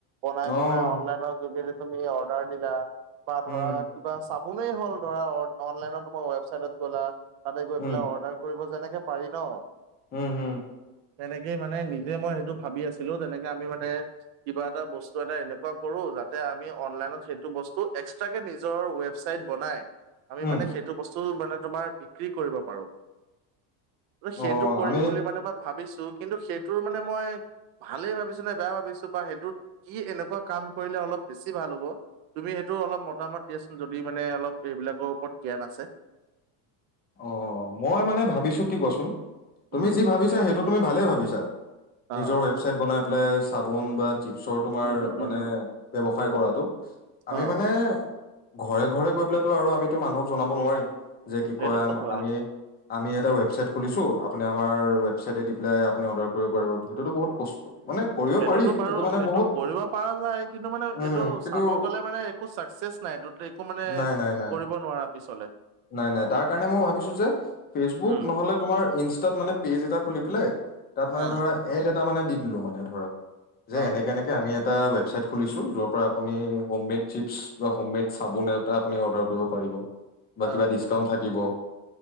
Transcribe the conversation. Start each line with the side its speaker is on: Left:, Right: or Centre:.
Right: বনাই
Left: অ',
Right: বনাই অনলাইনৰ যোগেদি তুমি অৰ্ডাৰ দিলা বা
Left: উম,
Right: ধৰা কিবা চাবোনেই হ'ল ধৰা। অন-অনলাইনত তোমাৰ ৱেবচাইটত গ'লা তাতে গৈ
Left: উম,
Right: পেলাই অৰ্ডাৰ কৰিব যেনে পাৰি ন?
Left: উম, হুম।
Right: তেনেকেই মানে নিজে মই সেইটো ভাবি আছিলো। তেনেকে আমি মানে কিবা এটা বস্তু এটা এনেকুৱা কৰো। যাতে আমি অনলাইনত সেইটো বস্তু এক্সট্ৰাকে নিজৰ ৱেবচাইট বনাই আমি
Left: উম।
Right: মানে সেইটো বস্তু মানে তোমাৰ বিক্ৰী কৰিব পাৰো।
Left: অ
Right: সেইটো কৰিম
Left: আমি
Right: বুলি মানে মই ভাবিছো। কিন্তু সেইটোৰ মানে মই ভালেই ভাবিছো নে বেয়া ভাবিছো বা সেইটোত কি এনেকুৱা কাম কৰিলে অলপ বেছি ভাল হ'ব? তুমি সেইটো অলপ মতামত দিয়াচোন যদি মানে অলপ এইবিলাকৰ ওপৰত জ্ঞান আছে।
Left: অ, মই মানে ভাবিছো কি কোৱাচোন। তুমি
Right: উম
Left: যি ভাবিছা সেইটো তুমি ভালেই ভাবিছা।
Right: অ
Left: নিজৰ ৱেবচাইট বনাই পেলাই চাবোন বা চিপছৰ তোমাৰ
Right: উম উম
Left: মানে
Right: উম উম
Left: ব্যৱসায় কৰা। আমি
Right: অ
Left: মানে ঘৰে ঘৰে গৈ পেলাইটো আৰু আমিতো মানুহক জনাব নোৱাৰিম যে কি
Right: সেইটোতো
Left: কয় আম-আমি
Right: হয়
Left: আমি এটা ৱেবচাইট খুলিছো। আপুনি আমাৰ ৱেবচাইটে দি পেলাই আপুনি অৰ্ডাৰ কৰিব পাৰিব। সেইটোতো বহুত কষ্ট মানে কৰিব
Right: সেইটোতো
Left: পাৰি
Right: বাৰু
Left: কিন্তু মানে
Right: সেইটো
Left: বহুত
Right: কৰিব পাৰা যায়। কিন্তু মানে
Left: উম
Right: এইটো
Left: কিন্তু
Right: চাব গ'লে মানে একো চাকচ চেচ নাই এইটোত একো মানে
Left: নাই নাই নাই
Right: কৰিব নোৱাৰা। পিছলে
Left: নাই, নাই। তাৰ কাৰণে মই ভাবিছো যে ফেচবুক
Right: উম
Left: নহলে তোমাৰ ইনষ্টাত মানে পেজ এটা খুলি পেলাই তাত মানে
Right: অ
Left: ধৰা এড এটা মানে দি দিলো মানে ধৰা যে
Right: অ
Left: এনেকে এনেকে আমি এটা ৱেবছাইট খুলিছো যৰ পৰা আপুনি হম মেড চিপছ বা হম মেড চাবোন এটা আপুনি অৰ্ডাৰ কৰিব পাৰিব। <unintelligible> বা
Right: অ
Left: কিবা ডিচকাউন্ট থাকিব।